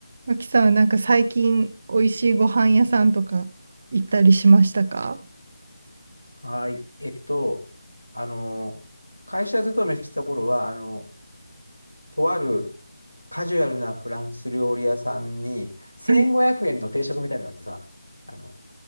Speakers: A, on the right; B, on the left.
A: 脇さんはなんか最近美味しいご飯屋さんとか行ったりしましたか
B: はい。えっと、あの、会社勤めしてた頃は、あの、とあるカジュアルなフランス料理屋さんに、1500円の定食みたいなのがあってさ、
A: はい
B: あの、